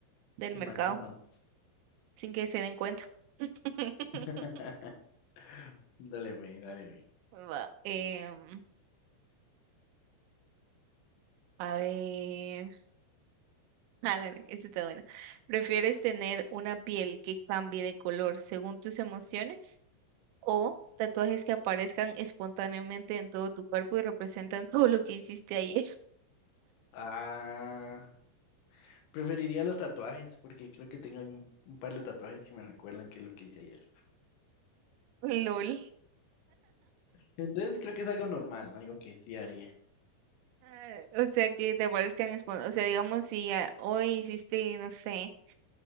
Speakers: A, on the right (about 85°); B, on the left (about 75°).
A: del
B: Que
A: mercado
B: McDonald's.
A: sin que se den cuenta. <laughs>
B: <laughs> Dale, güey, dale, güey.
A: Va, em, a ver, <laughs> ah álale, esta está buena. ¿Prefieres tener una piel que cambie de color según tus emociones o tatuajes que aparezcan espontáneamente en todo tu cuerpo y representan <laughs> todo lo que hiciste ayer?
B: Ah, preferiría los tatuajes porque creo que tengo un, un par de tatuajes que me recuerdan que es lo que hice ayer.
A: <laughs> LOL.
B: Entonces creo que es algo normal, algo que sí haría.
A: Ah, O sea, que te parezcan espon- O sea, digamos, si ah, hoy hiciste, no sé,